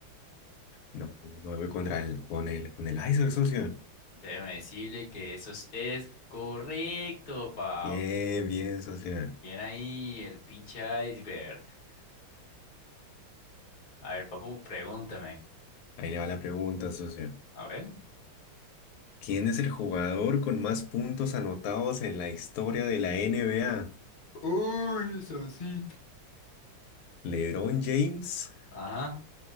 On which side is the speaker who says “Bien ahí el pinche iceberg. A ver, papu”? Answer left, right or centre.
Left